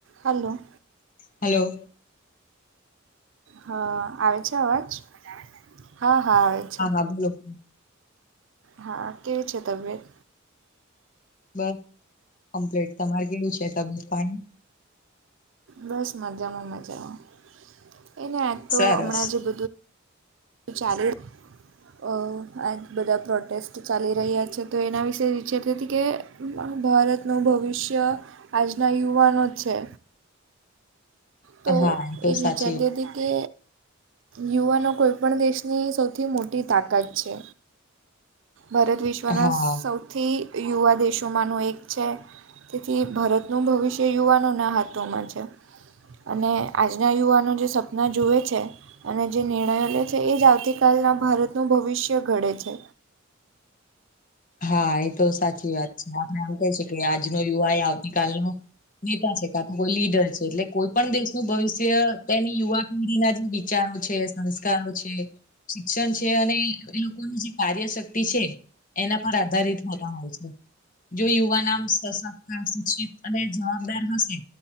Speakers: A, on the right; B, on the left.
A: હાલો.
B: Hello.
A: હા આવે છે, અવાજ? હા હા આવે છે.
B: <inaudible>
A: હા કેવી છે, તબિયત?
B: બસ કમ્પ્લેટ તમારે કેવું છે, તબયત પાણી?
A: બસ મજામાં મજામાં એને આજ તો
B: સરસ
A: હમણાં જે બ ચાલે અ આ જ બધા પ્રોટેસ્ટ ચાલી રહ્યા છે, તો એના વિશે વિચારતી હતી કે ભારતનું ભવિષ્ય આજના યુવાનો જ છે. તો
B: હા તો
A: એ જ
B: સાચી
A: વિચારતી
B: વાત.
A: હતી કે યુવાનો કોઈ પણ દેશની સૌથી મોટી તાકાત છે. ભારત વિશ્વના
B: હા
A: સૌથી યુવા દેશોમાંનું એક છે. તેથી ભારતનું ભવિષ્ય યુવાનોના હાથોમાં છે. અને આજના યુવાનો જે સપના જુએ છે. અને જે નિર્ણયો લે છે, એ જ આવતીકાલના ભારતનું ભવિષ્ય ઘડે છે.
B: હા એ તો સાચી વાત છે, આપડે આમ કહી શકીએ આજનો યુવા એ આવતીકાલનુ નેતા છે, કા તો કોઈ લીડર છે, એટલે કોઈ પણ દેશનું ભવિષ્ય તેની યુવા પેઢીના જે વિચારો છે, સંસ્કારો છે. શિક્ષણ છે, અને એ લોકોની જે કાર્ય શક્તિ છે. એના પર આધારિત હોતા હોય છે. જો યુવાનમ સશક્ત, શિક્ષિત અને જવાબદાર હશે